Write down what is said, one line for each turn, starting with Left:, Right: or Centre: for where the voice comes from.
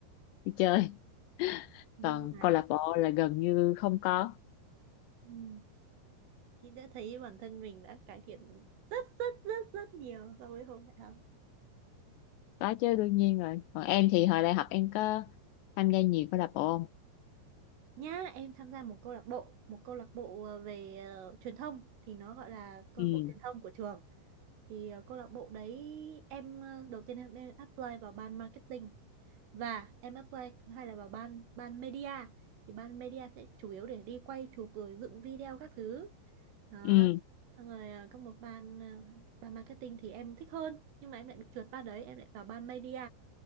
Left: đi chơi
Right: nhưng
Left: còn
Right: mà
Left: câu lạc bộ là gần như không có
Right: ừ. chị đã thấy bản thân mình đã cải thiện rất rất rất rất nhiều so với hồi đại học
Left: có chứ đương nhiên rồi còn em thì hồi đại học em có tham gia nhiều câu lạc bộ không
Right: nhá em tham gia một câu lạc bộ một câu lạc bộ ờ, về ờ, truyền thông thì nó gọi là câu
Left: ừ
Right: lạc bộ truyền thông của trường thì ờ, câu lạc bộ đấy em ờ, đầu tiên em, em apply vào ban marketing và em apply hay là vào ban ban media thì ban media sẽ chủ yếu để đi quay chụp rồi dựng video các thứ đó
Left: ừ
Right: xong rồi ờ, có một ban ờ, ban marketing thì em thích hơn nhưng mà em lại bị trượt ban đấy em lại vào ban media